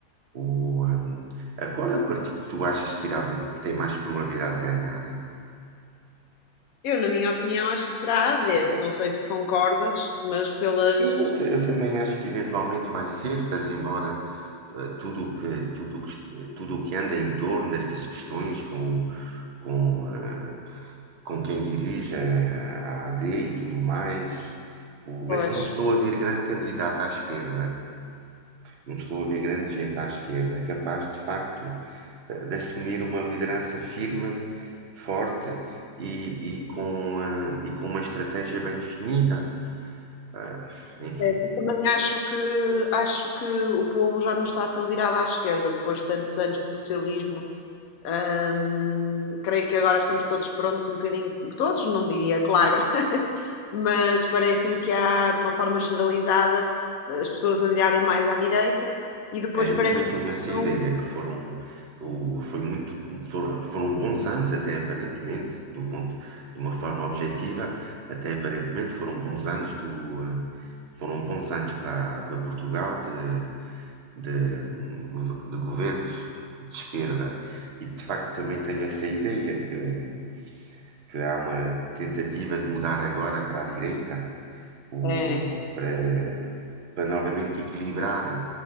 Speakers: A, on the right; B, on the left.
A: o, eh, qual é o partido que tu achas que, irá, que tem mais probabilidade de ganhar?
B: Eu, na minha opinião, acho que será a AD. Não sei se concordas, mas pelas.
A: Eu, eu também acho que eventualmente vai ser, mas embora eh, tudo o que, tudo que, tudo o que anda em torno destas questões com o, com, eh, com quem dirige eh, a a AD e tudo mais. O-
B: Pois.
A: Mas não estou a ver grande candidato à esquerda, não estou a ver grande gente à esquerda capaz de facto eh, de assumir uma liderança firme, forte e, e com, eh, e com uma estratégia bem definida. Ah, enfim,
B: Certo. Também acho que, acho que o povo já não está tão virado à esquerda depois de tantos anos de socialismo. Hum, creio que agora estamos todos prontos, um bocadinho, todos, não diria, claro, <laughs> mas parece-me que há, de uma forma generalizada, as pessoas a virarem mais à direita e depois
A: É, eu
B: parece
A: também tenho
B: que
A: essa
B: estão.
A: ideia que foram, que o- foi muito, foram, foram bons anos até aparentemente, do ponto, de uma forma objetiva, até aparentemente foram bons anos do, eh, foram bons anos para, para Portugal de, de, de governos de esquerda. E de facto também tenho essa ideia que, que há uma tentativa de mudar agora para a direita, o,
B: É,
A: eh, para, para novamente equilibrar